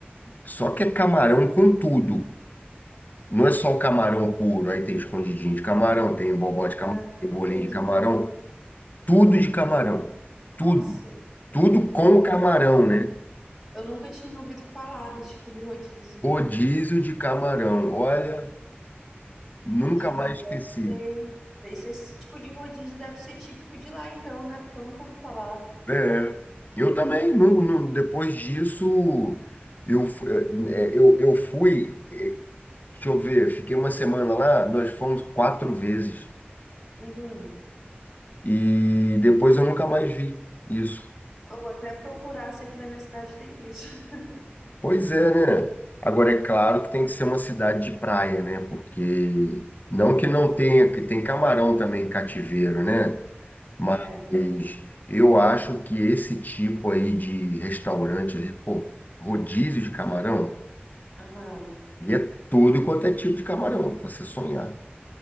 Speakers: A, on the left; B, in the centre.
A: só que é camarão com tudo. Não é só o camarão puro. Aí tem escondidinho de camarão, tem bobó de camarão,
B: Ah, que
A: tem bolinho
B: delícia.
A: de camarão. Tudo de camarão. Tudo.
B: Nossa,
A: Tudo com camarão, né?
B: eu nunca tinha ouvido falar desse tipo de rodízio.
A: Rodízio de camarão. Olha, nunca
B: E
A: mais esqueci.
B: deve ser, esse, esse tipo de rodízio deve ser típico de lá, então, né? Porque eu nunca ouvi falar.
A: É. Eu também, nu- nu- depois disso, eu, fu- é, eu, eu fui. Deixa eu ver, fiquei uma semana lá, nós fomos quatro vezes
B: Uhum.
A: e depois eu nunca mais vi isso.
B: Eu vou até procurar se aqui na minha cidade tem isso. <laughs>
A: Pois é, né? Agora é claro que tem que ser uma cidade de praia, né? Porque não que não tenha, que tem camarão também em cativeiro, né? Mas
B: É,
A: eu acho que esse tipo aí de restaurante, pô, rodízio de camarão,
B: aham.
A: e é tudo quanto é tipo de camarão, pra você sonhar.